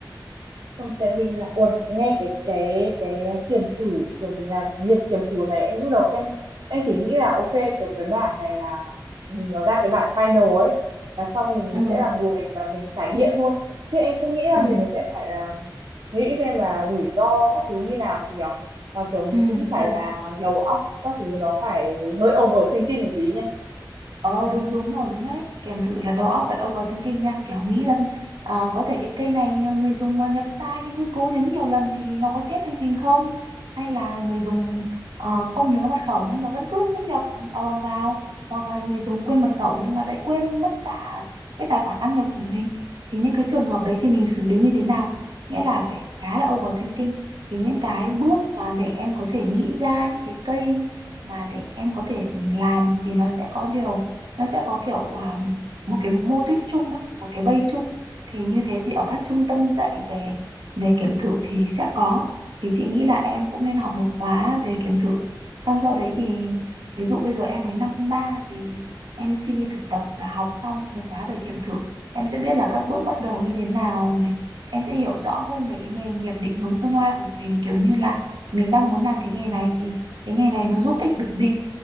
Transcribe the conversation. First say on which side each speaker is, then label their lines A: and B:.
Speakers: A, on the right; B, on the right.
A: Ôi, tại vì là ui nghe cái cái cái kiểm thử kiểu mình làm cái nghiệp kiểm thử này em lúc đầu em em chỉ nghĩ là ok kiểu cái bản này là ừ, nó ra cái bản final ấy và xong mình
B: ừ
A: sẽ là người mà mình trải nghiệm thôi chứ em không nghĩ là
B: ừ
A: mình sẽ phải là nghĩ xem là rủi ro các thứ như nào thì nhở và kiểu mình
B: ừ
A: cũng phải
B: thật
A: là đầu óc các thứ nó phải hơi overthinking một tí nhỉ
B: Ờ đúng đúng rồi đúng đấy kèm thử là đầu óc phải overthinking nha kiểu nghĩ rằng ờ, có thể cái cây này ờ, người dùng ờ, nhập sai nhưng cứ cố nhấn nhiều lần thì nó có chết chương trình không hay là người dùng ờ, không nhớ mật khẩu nhưng mà vẫn cứ cứ nhập ờ, vào hoặc là người dùng quên mật khẩu nhưng mà lại quên mất cả cái tài khoản đăng nhập của mình thì những cái trường hợp đấy thì mình xử lý như thế nào nghĩa là phải khá là overthinking thì những cái bước mà để em có thể nghĩ ra những cái cây mà để em có thể làm thì nó sẽ có điều nó sẽ có kiểu à, một cái mô típ chung ấy một cái bay chung thì như thế thì ở các trung tâm dạy về về kiểm thử thì sẽ có thì chị nghĩ là em cũng nên học một khóa về kiểm thử xong sau đấy thì ví dụ bây giờ em mới năm ba thì em xin đi thực tập và học xong một khóa về kiểm thử em sẽ biết là các bước bắt đầu như thế nào này em sẽ hiểu rõ hơn về cái nghề nghiệp định hướng tương lai của mình kiểu như là mình đang muốn làm cái nghề này thì cái nghề này nó giúp ích được gì